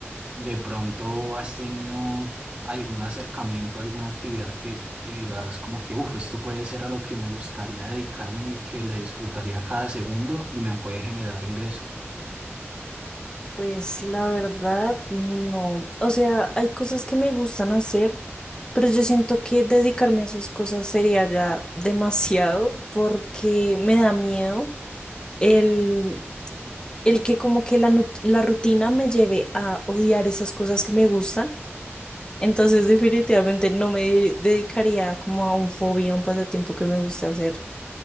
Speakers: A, on the right (about 25°); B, on the left (about 20°).
A: de pronto has tenido algún acercamiento, alguna actividad que que digas como que, uff, esto puede ser a lo que me gustaría dedicarme y que le disfrutaría cada segundo y me puede generar ingresos.
B: Pues la verdad, no. O sea, hay cosas que me gustan hacer, pero yo siento que dedicarme a esas cosas sería ya demasiado porque me da miedo el, el que como que la, nut- la rutina me lleve a odiar esas cosas que me gustan Entonces, definitivamente no me dedicaría como a un hobby, a un pasatiempo que me gusta hacer.